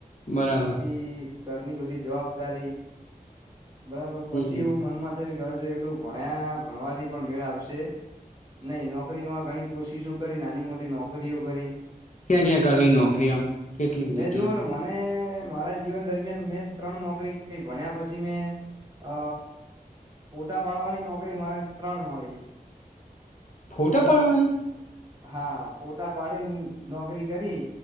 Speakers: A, on the left (about 50°); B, on the right (about 25°).
A: બરાબર
B: પછી ઘરની બધી જવાબદારી બરાબર
A: હમ
B: પછી
A: હમ
B: એવું મનમાં થયુ કે હવે જો એકલું ભણ્યા ભણવાથી પણ મેળ આવશે નહી નોકરીમાં ગણી કોશિશો કરી નાની મોટી નોકરીઓ કરી.
A: ક્યાં ક્યાં કરલી નોકરી આમ કેટલી
B: મેં
A: જગ્યાએ
B: જોુઓ ને મને મારા જીવન દરમિયાન મેં ત્રણ નોકરી કરી ભણ્યા પછી મેં અ ફોટા પાડવાની નોકરી મને ત્રણ મળી.
A: ફોટા પાડવાની
B: હા ફોટા પાડીન નોકરી કરી